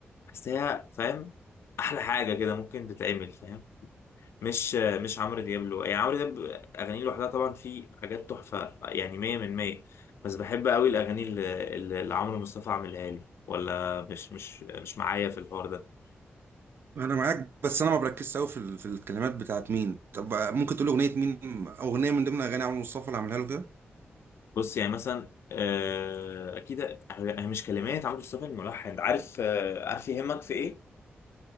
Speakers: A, on the left; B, on the right.
A: بحسها فاهم أحلى حاجة كده ممكن تتعمل فاهم مش آه، مش عمرو دياب له يعني عمرو دياب أغانيه لوحدها طبعا في حاجات تحفة يعني مية من مية بس بحب قوي الأغاني اللي, اللي اللي عمرو مصطفى عاملها لي ولا مش مش مش معايا في الحوار ده
B: انا معاك بس انا ما بركزش قوي في ال- في الكلمات بتاعت مين طب ممكن تقول اغنية مين اغنية من ضمن اغاني عمرو مصطفى اللي عاملها له كده
A: بص يعني مثلا آه، اكيد هي مش كلمات عمرو مصطفى الملحن عارف آه، عارف يهمك في ايه